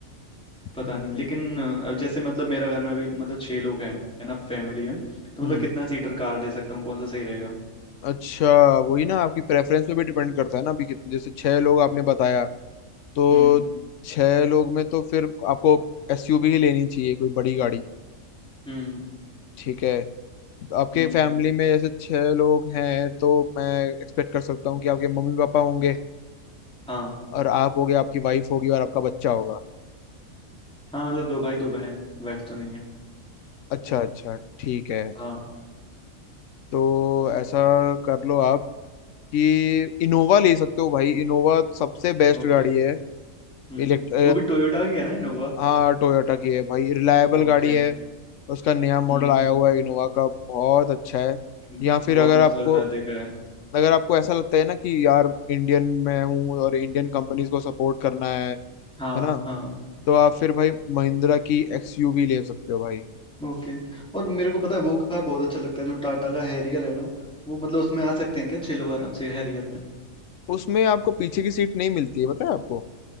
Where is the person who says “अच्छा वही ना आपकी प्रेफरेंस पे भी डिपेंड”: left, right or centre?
Left